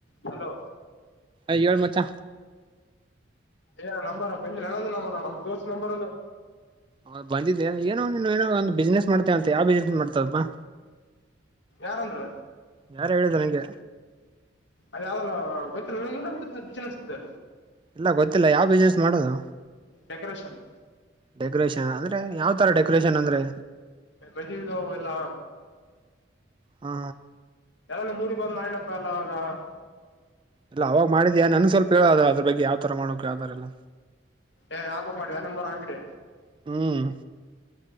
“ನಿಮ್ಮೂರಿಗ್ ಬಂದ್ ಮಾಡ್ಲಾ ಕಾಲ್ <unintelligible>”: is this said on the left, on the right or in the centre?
Left